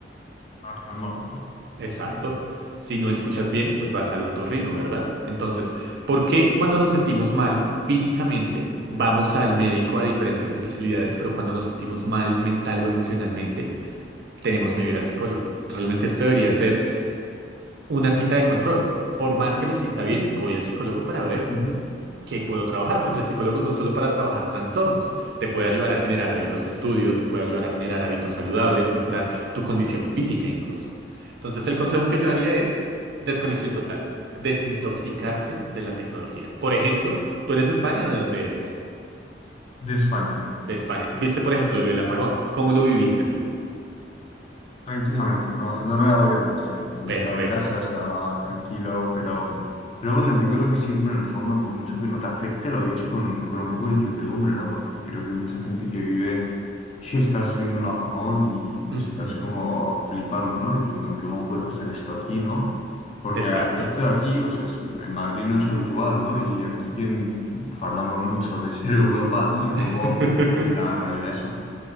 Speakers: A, on the left; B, on the right.
A: Para calmarlo, ¿no?
B: Exacto.
A: Sí.
B: Si no escuchas bien, pues vas al otorrino, ¿verdad? Entonces, ¿por qué
A: Sí.
B: cuando nos sentimos mal físicamente vamos al médico a diferentes especialidades, pero cuando nos sentimos mal mental o emocionalmente tenemos miedo a ir al psicólogo? Realmente esto debería ser una cita de control. Por más que me sienta bien, voy al psicólogo para ver
A: Ujú.
B: que puedo trabajar, porque el psicólogo no es solo para trabajar trastornos, te puede ayudar a generar hábitos de estudio, te puede ayudar a generar hábitos saludables, mejorar tu condición física incluso. Entonces, el consejo que yo haría es desconexión total, desintoxicarse de la tecnología. Por ejemplo, ¿tú eres de España o de dónde eres?
A: De España.
B: De España. ¿Viste, por ejemplo, lo del apagón? ¿Cómo lo viviste tú?
A: Tranquilamente, no, no me agobio demasiado. Yo
B: Perfecto.
A: estaba en casa, estaba tranquilo, pero, pero bueno, yo creo que siempre en el fondo, por mucho que no te afecte, lo vives con, con un poco de incertidumbre, ¿no? Porque creo que hay mucha gente que vive y estás viendo un apagón y, y
B: Ujú,
A: estás como flipando, ¿no? Diciendo, ¿cómo puede pasar esto aquí, ¿no? Porque
B: Exacto.
A: ah, esto de aquí, o sea, es- en Madrid no es habitual, ¿no? Y aquí que en- fardamos mucho de ser Europa, ¿no? Y luego
B: <laughs>
A: la realidad es otra.